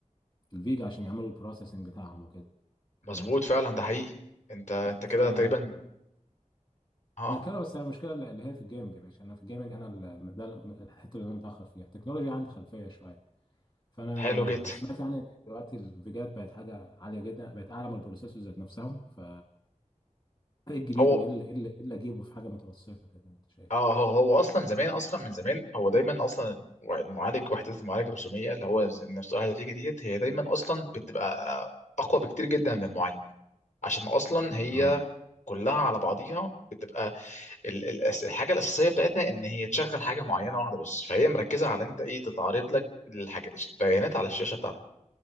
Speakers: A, on the left (about 35°); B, on the left (about 65°).
A: الفيجا عشان يعملوا البروسيسنج بتاعهم وكده
B: مظبوط
A: تمام
B: فعلا ده حقيقي انت انت كده
A: فانا
B: تقريبا اه آه.
A: كده بس انا المشكله اللي هي في الجيمنج يا باشا انا في الجيمنج انا ال- ده الحته اللي انا متاخر فيها التكنولوجيا عندي خلفيه شويه فانا
B: حلو جدا
A: سمعت يعني إن دلوقتي الفيجات بقت حاجه عاليه جدا بقت اعلى من البروسيسورز ذات نفسهم ف ايه الجديد
B: هو
A: وايه اللي إيه اللي إيه اللي اجيبه في حاجه متوسطه كده انت شايف
B: اه هو, هو اصلا زمان اصلا من زمان هو دايما اصلا المعالج وحده المعالج الرسوميه اللي هو النفس الهاتفيه ديت هي دايما اصلا بتبقى آه، اقوى بكتير جدا من المعالج عشان اصلا هي
A: اه
B: كلها على بعضيها بتبقى ال- ال- الأس- الحاجه الاساسيه بتاعتها ان هي تشغل حاجه معينه واحده بس فهي مركزه على انت ايه تتعرض لك الحاجه البيانات على الشاشه بتاعتك